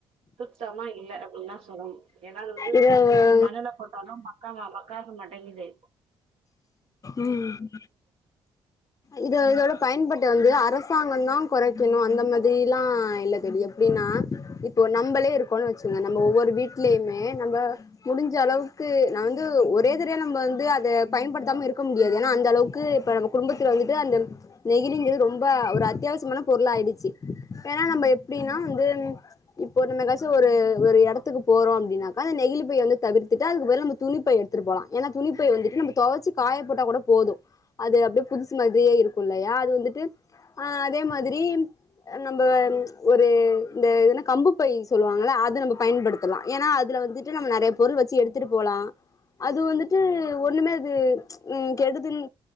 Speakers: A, on the right; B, on the left.
A: சுத்தமா இல்ல அப்டின்னுதான் சொல்லணும் ஏன்னா அது வந்து
B: இது
A: மண்ணல போட்டாலும் மக் அமா மக்காக்க மாடங்குது
B: ம் இ இதோட பயன்பட்ட வந்து அரசாங்கம் தான் குறைக்கணும் அந்த மாரி எல்லாம் இல்லதோழி எப்டின்னா இப்போ நம்மளே இருக்கோம் வச்சுங்க நம்ம ஒவ்வொரு வீட்லயுமே நம்ம முடிஞ்ச அளவுக்கு நான வந்து ஒரே தடய நம்ம வந்து அதை பயன்படுத்தாம இருக் முடியாது ஏன்னா அந்த அளவுக்கு இப்ப நம்ம குடும்பத்துல வந்துட்டு அந்த நெகிழிங்கிறது ரொம்ப ஒரு அத்தியாவசமான பொருள் ஆாயிடுச்சு ஏன்னா நம்ம எப்டின்னா வந்து இப்போ நம்ம எச்சும் ஒரு ஒரு இடத்துக்கு போறோம் அப்டின்னாக்கா அந்த நெகிழிப்பையை வந்து தவிர்த்துட்டு அதுக்கு போ நம்ம துணிப்பை எடுத்துட்டு போலாம் ஏன்னா துணிப்பை வந்துட்டு நம் துவச்சுக் காய போட்டா கூட போதும் அது அப்டியே புதுசு மாரியே இருக்கும் இல்லயா அது வந்துட்டு அ அதே மாரி நம்ம ஒரு இந்த இதுன்னா கம்பு பை சொல்லுவாங்கள அது நம்ம பயன்படுத்தலாம் ஏன்னா அதுல வந்துட்டு நம்ம நெறைய பொருள் வச்சு எடுத்துட்டு போலாம் அது வந்துட்டு ஒண்ணுமே கேப் ம் கெடுதுன்னு